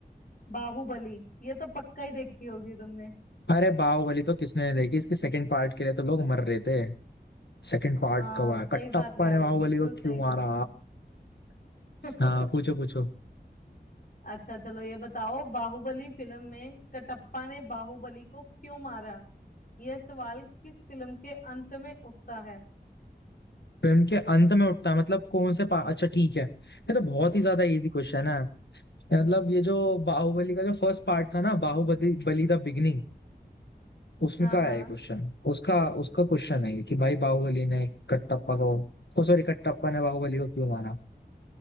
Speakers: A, on the left; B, on the left.
A: बाहुबली ये तो पक्का ही देखी होगी तुमने
B: अरे बाहुबली तो किसने नहीं देखी इसके सेकंड पार्ट के लिए तो लोग मर रहे थे सेकंड पार्ट
A: हाँ
B: कब आया
A: सही
B: कटप्पा
A: बात कह
B: ने
A: रहे
B: बाहुबली
A: हो बिल्कुल
B: को
A: सही
B: क्यों मारा
A: बात है <laughs>
B: हाँ पूछो पूछो
A: अच्छा चलो ये बताओ बाहुबली फिल्म में कटप्पा ने बाहुबली को क्यों मारा यह सवाल किस फिल्म के अंत में उठता है
B: फिल्म के अंत में उठता है मतलब कौन से पा... अच्छा ठीक है ये तो बहुत ही ज्यादा इजी क्वेश्चन है मतलब ये जो बाहुबली का जो फर्स्ट पार्ट था ना बाहुबली बली द बिगनिंग उसमें
A: हाँ
B: का
A: हाँ
B: है ये क्वेश्चन उसका उसका क्वेश्चन है ये कि भाई बाहुबली ने कटप्पा को ओ सॉरी कटप्पा ने बाहुबली को क्यों मारा